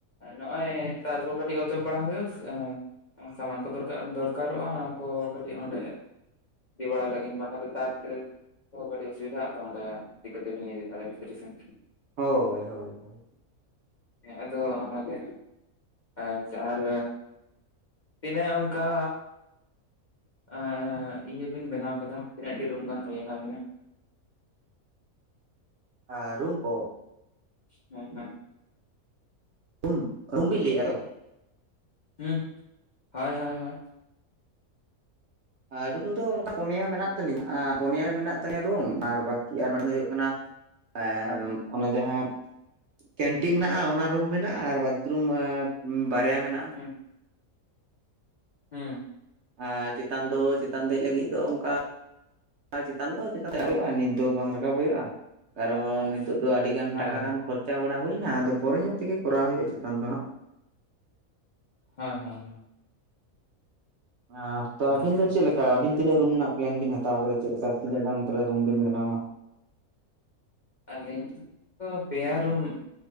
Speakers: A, on the left; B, on the right.
A: ᱱᱚᱜᱼᱚᱭ ᱛᱟᱨ ᱠᱚ ᱠᱟᱹᱴᱤᱡ ᱚᱪᱚᱜ ᱵᱟᱲᱟ ᱦᱳᱭᱳ ᱟ ᱥᱮ ᱾ ᱥᱟᱢᱟᱱ ᱠᱚ ᱫᱚᱨᱠᱟᱨ ᱫᱚᱨᱠᱟᱨᱚᱜᱼᱟ ᱚᱱᱟ ᱠᱚ ᱠᱟᱹᱴᱤᱡ ᱚᱸᱰᱮ ᱫᱤ ᱵᱟᱲᱟᱭ ᱞᱟᱹᱜᱤᱫ ᱵᱟᱝᱠᱷ ᱫᱚ ᱛᱟᱨ ᱛᱮ ᱛᱚ ᱠᱟᱹᱴᱤᱡ ᱚᱥᱵᱤᱫᱷᱟ ᱟ ᱛᱚ ᱚᱸᱰᱮ ᱴᱤᱠᱟᱹ ᱛᱮᱵᱤᱱ ᱤᱫᱤ ᱛᱚᱨᱚᱭᱟ ᱵᱷᱤᱛᱨᱤ ᱥᱮᱱ?
B: ᱦᱳᱭ ᱦᱳᱭ ᱦᱳᱭ
A: ᱟᱫᱚ ᱚᱱᱟ ᱜᱮ᱾ ᱟᱪᱪᱷᱟ ᱟᱨ ᱛᱤᱱᱟᱹᱜ ᱚᱱᱠᱟᱼᱼ ᱮᱸ ᱤᱭᱟᱹ ᱵᱤᱱ ᱵᱮᱱᱟᱣ ᱠᱮᱫᱟ ᱛᱤᱱᱟᱹᱜᱴᱤ ᱨᱳᱢ ᱜᱟᱱ ᱦᱩᱭᱱᱟ ᱟᱵᱤᱱᱟᱜ᱾
B: ᱟᱨ ᱨᱩᱢ ᱠᱚ?
A: ᱦᱮᱸ ᱟᱨ
B: ᱩᱢ ᱨᱩᱢ ᱵᱤᱱ ᱞᱟᱹᱭᱮᱫᱼᱟ ᱟᱨ ᱦᱚ
A: ᱦᱩ ᱦᱳᱭ ᱦᱳᱭ᱾
B: ᱨᱩᱢ ᱫᱚ ᱚᱱᱠᱟ ᱯᱳᱱᱮᱭᱟ ᱢᱮᱱᱟᱜ ᱛᱟᱞᱤᱧᱟ ᱟᱨ ᱯᱳᱱᱮᱭᱟ ᱢᱮᱱᱟᱜ ᱛᱟᱞᱤᱧᱟ ᱨᱩᱢ ᱟᱨ ᱵᱟᱠᱤ ᱟᱨ ᱢᱤᱫ ᱫᱚ ᱦᱩᱭᱩᱜ ᱠᱟᱱᱟ ᱮ
A: ᱦᱳᱭ
B: ᱚᱱᱮ ᱡᱟᱦᱟᱸ ᱠᱮᱱᱴᱤᱱ ᱢᱮᱱᱟᱜ-ᱟ ᱚᱱᱟ ᱨᱩᱢ ᱢᱮᱱᱟᱜ-ᱟ ᱟᱨ ᱵᱟᱛᱷᱨᱩᱢ ᱮ ᱵᱟᱨᱭᱟ ᱢᱮᱱᱟᱜ-ᱟ᱾
A: ᱦᱩᱸ᱾ ᱦᱩᱸ᱾
B: ᱟᱨ ᱪᱮᱛᱟᱱ ᱫᱚ ᱪᱮᱛᱟᱱ ᱫᱮᱡᱽ ᱞᱟᱹᱜᱤᱫ ᱫᱚ ᱚᱱᱠᱟ ᱟᱨ ᱪᱮᱛᱟᱱ ᱫᱚ ᱪᱮᱛᱟᱱ ᱨᱟᱠᱟ <unintelligible> ᱱᱤᱛ ᱫᱚ ᱵᱟᱝ ᱨᱟᱠᱟᱵ ᱦᱩᱭᱩᱜ-ᱟ᱾ ᱠᱟᱨᱚᱱ
A: ᱦᱳᱭ
B: ᱱᱤᱛᱳᱜ ᱫᱚ ᱟᱹᱰᱤᱜᱟᱱ
A: ᱦᱳᱭ
B: ᱴᱟᱠᱟ
A: ᱦᱳᱭ
B: ᱜᱟᱱ ᱠᱷᱚᱨᱪᱟ ᱵᱟᱲᱟ ᱦᱩᱭᱱᱟ ᱟᱫᱚ ᱯᱚᱨᱮ ᱧᱚᱜ ᱛᱮᱜᱮ ᱠᱚᱨᱟᱣ ᱦᱩᱭᱩᱜ-ᱟ᱾ᱪᱮ ᱪᱮᱛᱟᱱ ᱫᱚ ᱦᱟᱸᱜ᱾
A: ᱦᱮᱸ ᱦᱮᱸ ᱦᱮᱸ᱾
B: ᱟᱸ ᱛᱚ
A: ᱟᱪᱪᱷᱟ
B: ᱟᱵᱤᱱ ᱫᱚ ᱪᱮᱫ
A: ᱟᱪᱪᱷᱟ
B: ᱞᱮᱠᱟ
A: ᱟᱹᱰᱤ
B: ᱟᱵᱤᱱ
A: ᱱᱟᱯᱟᱭ
B: ᱛᱤᱱᱟᱹ ᱨᱩ ᱨᱮᱱᱟᱜ ᱯᱞᱮᱱ ᱵᱤᱱ ᱦᱟ ᱛᱟ ᱯᱚᱨᱮ ᱪᱮᱫ ᱞᱮᱠᱟ ᱛᱤᱱᱟᱹᱜ ᱜᱟᱱ ᱛᱟᱦᱚᱞᱮ ᱨᱩᱢ ᱵᱤᱱ ᱵᱮᱱᱟᱣᱟ?
A: ᱟᱹᱞᱤᱧ ᱫᱚ ᱯᱮᱭᱟ ᱨᱩᱢ